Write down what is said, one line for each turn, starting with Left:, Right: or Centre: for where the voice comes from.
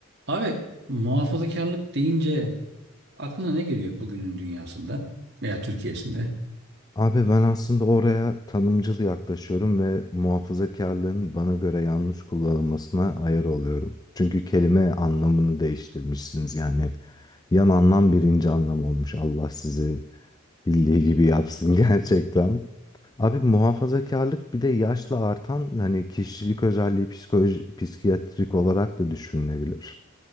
Right: Abi muhafazakarlık deyince aklına ne geliyor bugünün dünyasında veya Türkiye'sinde?
Left: Abi ben aslında oraya tanımcıl yaklaşıyorum ve muhafazakarlığın bana göre yanlış kullanılmasına ayar oluyorum. Çünkü kelime anlamını değiştirmişsiniz yani. Yan anlam birinci anlam olmuş. Allah sizi bildiği gibi yapsın <laughs> gerçekten. Abi muhafazakarlık bir de yaşla artan hani kişilik özelliği psikoloji, psikiyatrik olarak da düşünülebilir.